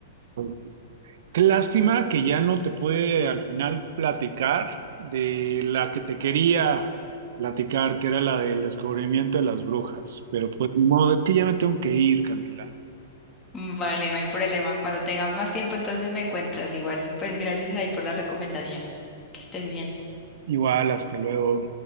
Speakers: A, on the right; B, on the left.
A: Sí. Qué lástima que ya no te pude al final platicar de la que te quería platicar, que era la del descubrimiento de las brujas. Pero pues ni modo, es que ya me tengo que ir, Camila.
B: Mm, Vale, no hay problema. Cuando tengamos más tiempo, entonces me cuentas. Igual, pues gracias ahí por la recomendación. Que estés bien.
A: Igual, hasta luego.